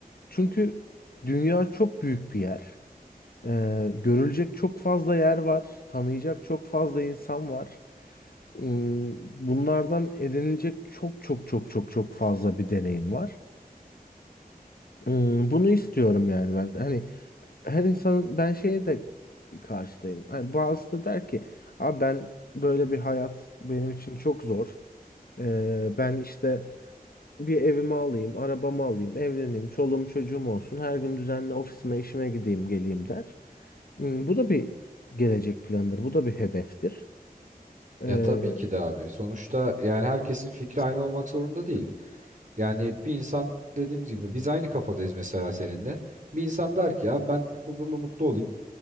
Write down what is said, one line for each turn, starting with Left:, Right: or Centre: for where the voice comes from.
Left: çünkü dünya çok büyük bir yer. Ee, görülecek çok fazla yer var. Tanıyacak çok fazla insan var. Hmm, Bunlardan edinilecek çok çok çok çok çok fazla bir deneyim var. Hmm, bunu istiyorum yani ben. Hani her insanın ben şeye de karşıdayım. Hani bazısı da der ki abi ben böyle bir hayat benim için çok zor. Ee, ben işte bir evimi alayım, arabamı alayım, evleneyim, çoluğum çocuğum olsun. Her gün düzenli ofisime, işime gideyim, geleyim der. Hmm, bu da bir gelecek planıdır. Bu da bir hedeftir. Ee,
Right: Ya tabii ki de abi. Sonuçta yani herkesin fikri
Left: Kesin.
Right: aynı olmak zorunda değil. Yani bir insan dediğimiz gibi biz aynı kafadayız mesela seninle. Bir insan der ki ya ben huzurlu mutlu olayım.